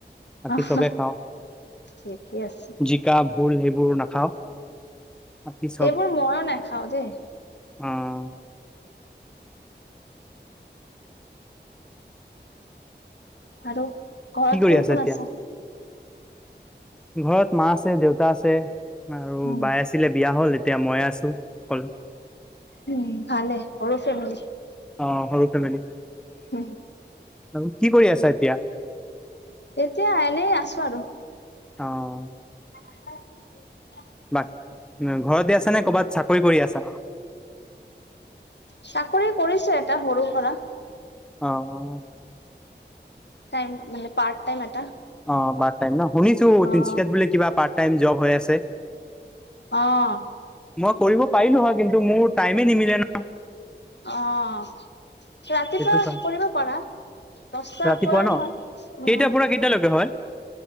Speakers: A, in the centre; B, on the left (about 70°).
A: বাকী
B: অহ
A: চবে খাওঁ,
B: ঠিকেই আছে
A: জিকা ভোল সেইবোৰ নাখাওঁ। বাকী চব
B: এইবোৰ মইয়ো নেখাওঁ দেই।
A: আহ
B: আৰু ঘৰত
A: কি কৰি
B: কোন
A: আছা
B: কোন
A: এতিয়া
B: আছে?
A: ঘৰত মা আছে, দেউতা আছে আৰু
B: উম
A: বাই আছিলে বিয়া হ'ল, এতিয়া মই আছোঁ অকলে।
B: উম, ভালে সৰু ফেমেলি।
A: অহ, সৰু ফেমেলি।
B: হম।
A: আৰু কি কৰি আছা এতিয়া?
B: এতিয়া এনেই আছোঁ আৰু।
A: অহ।
B: <unintelligible>
A: বাক ঘৰতে আছা নে, কৰ'বাত চাকৰি কৰি আছা?
B: চাকৰি কৰিছে এটা সৰু-সুৰা।
A: অহ।
B: টাইম মানে পা টাইম এটা।
A: অহ, পাৰ্ট টাইম ন'। শুনিছোঁ
B: অ
A: তিনিচুকীয়াত বোলে কিবা পাৰ্ট টাইম জব হৈ আছে।
B: অহ।
A: মই কৰিব পাৰিলোঁ হয় কিন্তু মোৰ টাইমে নিমিলে ন'।
B: অহ, ৰাতিপুৱা
A: সেইটো কাৰণে
B: কৰিব পাৰা। দস্তা
A: ৰাতিপুৱা
B: আৰু পৰা
A: ন
B: নহ
A: কেইটাৰ
B: উম।
A: পৰা কেইটালৈকে হয়?